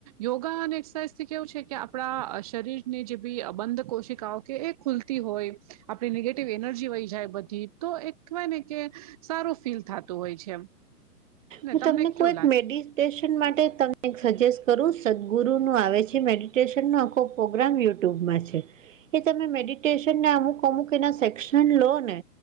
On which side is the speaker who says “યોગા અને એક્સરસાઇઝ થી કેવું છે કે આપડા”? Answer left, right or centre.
Right